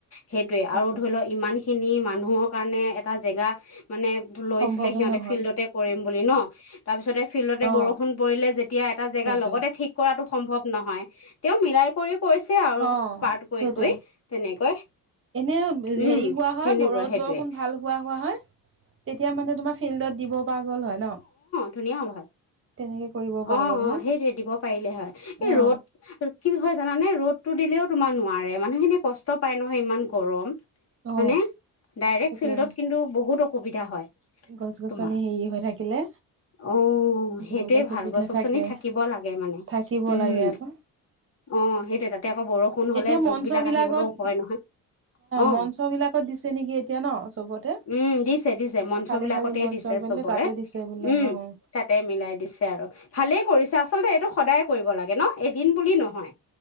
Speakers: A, on the left; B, on the right.
A: সেইটোয়ে
B: তাকে
A: আৰু ধৰি লও ইমান, খিনি মানুহৰ কাৰণে এটা জেগা মানে লৈছিলে
B: সম্ভৱেই
A: সিহঁতে
B: নহয়।
A: ফিল্ডতে কৰিম বুলি ন। তাৰপিছতে ফিল্ডতে
B: অ
A: বৰষুণ পৰিলে যেতিয়া এটা জেগা
B: সেইটোৱে
A: লগতে ঠিক কৰাটো, সম্ভৱ নহয় তেওঁ মিলাই কৰি, কৰিছে আৰু
B: অ
A: পাৰ্ট কৰি
B: সেইটোৱে
A: কৰি তেনেকৈ
B: এনে হেৰি
A: উম
B: হোৱা হয়
A: সেনেকুৱা
B: ৰদ
A: সেইটোৱে
B: বৰষুণ ভাল হোৱা-হোৱা হয় তেতিয়া মানে তোমাৰ ফিল্ডত দিব পৰা গ'ল হয় ন।
A: ধুনীয়া হল হয়।
B: তেনেকে কৰিব পৰা
A: অ-অ
B: গ'ল হয়
A: সেই দিব পাৰিলে হয় এই
B: অ
A: ৰ'দ কি হয় জানে ৰ'দতো দিলেও তোমাৰ নোৱাৰে মানুহখিনি কষ্ট পাই নহয় ইমান গৰম। হয়নে
B: অ
A: ডাইৰে
B: তেতিয়া
A: ফিল্ডত কিন্তু বহুত অসুবিধা হয়।
B: গছ গছনি
A: তোমাৰ
B: হেৰি হৈ থাকিলে
A: অ'
B: দিবলৈ
A: সেইটোৱে
B: সুবিধা,
A: ভাল গছ গছনি
B: থাকে
A: থাকিব লাগে মানে
B: থাকিব
A: উম
B: লাগে আকৌ
A: অ সেইটোৱে তাতে আকৌ বৰষুণ হলে
B: এতিয়া
A: যুগ
B: মঞ্চ
A: বিলাক
B: বিলাকত
A: আহিবলৈও ভয় নহয় অ।
B: মঞ্চ বিলাকত দিছে নেকি এতিয়া ন চবতে
A: উম দ দিছে-দিছে মঞ্চ
B: খালি
A: বিলাকতেই
B: খালি মঞ্চ
A: দিছে
B: বোলে
A: চবৰে
B: তাতে দিছে বোলে
A: উম
B: অ
A: তাতে মিলাই দিছে আৰু ভালেই কৰিছে আচলতে এইটো সদায় কৰিব লাগে ন। এদিন বুলি নহয়,